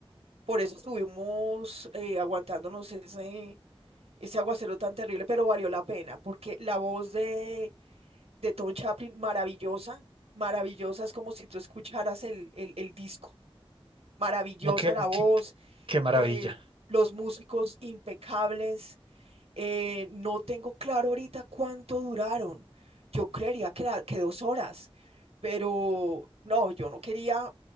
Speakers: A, on the right (about 85°); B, on the right (about 60°).
A: Por eso estuvimos eh, aguantándonos ese, ese aguacero tan terrible, pero valió la pena, porque la voz de de Tom Chaplin, maravillosa, maravillosa, es como si tú escucharas el, el, el disco, maravillosa
B: no, qué,
A: la voz,
B: qué, qué maravilla.
A: eh, los músicos impecables, eh, no tengo claro ahorita cuánto duraron, yo creería que, la- que dos horas, pero no, yo no quería,